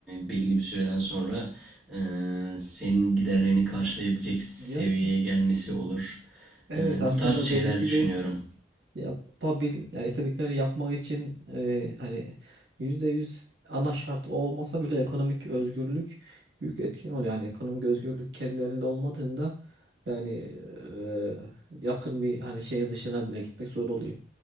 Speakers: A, in the centre; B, on the right (about 75°).
A: belli bir süreden sonra e, senin giderlerini karşılayabilecek seviyeye
B: Yani
A: gelmesi olur.
B: evet
A: E,
B: aslında
A: bu tarz şeyler
B: dediğin gibi
A: düşünüyorum.
B: yapabil yani istediklerini yapmak için e, hani %100 ana şart o olmasa bile ekonomik özgürlük büyük etken oluyor. Yani ekonomik özgürlük kendi elinde olmadığında yani e, yakın bir hani şehir dışına bile gitmek zor oluyor.